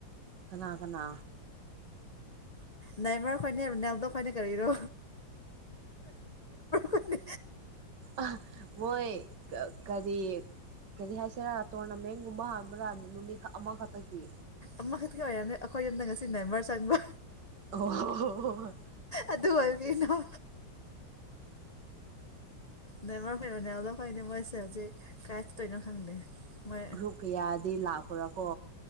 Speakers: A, on the right (about 65°); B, on the left (about 50°).
A: ꯀꯅꯥ ꯀꯅꯥ
B: ꯅꯥꯏꯃꯥꯔ ꯈꯣꯏꯅꯦ ꯔꯣꯅꯥꯜꯗꯣ ꯈꯣꯏꯅꯦ ꯀꯔꯤꯅꯣ ꯈꯣꯏꯅꯦ
A: ꯑ <unintelligible> <inaudible> ꯃꯣꯏ ꯀꯔꯤ ꯀꯔꯤ ꯍꯥꯏꯁꯤꯔꯥ ꯇꯣꯔꯅꯥꯃꯦꯟꯒꯨꯝꯕ ꯍꯥꯟꯕ꯭ꯔꯥ ꯅꯨꯃꯤꯠ ꯑꯃꯈꯛꯇꯒꯤ
B: ꯑꯃꯈꯛꯇꯒꯤ ꯑꯣꯏꯔꯝꯅꯤ ꯑꯩꯈꯣꯏ ꯌꯨꯝꯗ ꯉꯁꯤ ꯅꯥꯏꯃꯔ ꯆꯪꯕ
A: ꯑꯣ ꯍꯣ ꯍꯣ
B: ꯑꯗꯨ ꯑꯣꯏ ꯀꯩꯅꯣ
A: <unintelligible> <inaudible>
B: ꯅꯦꯃꯥꯔ ꯍꯣꯏ ꯔꯣꯅꯥꯜꯗꯣ ꯍꯣꯏꯅꯦ ꯃꯣꯏꯁꯦ ꯍꯧꯖꯤꯛ ꯀꯥꯏ ꯆꯠꯇꯣꯏꯅꯣ ꯈꯪꯗꯦ ꯃꯣꯏ
A: ꯒ꯭ꯔꯨꯞ ꯀꯌꯥꯗꯤ ꯂꯥꯛꯄ꯭ꯔꯥꯀꯣ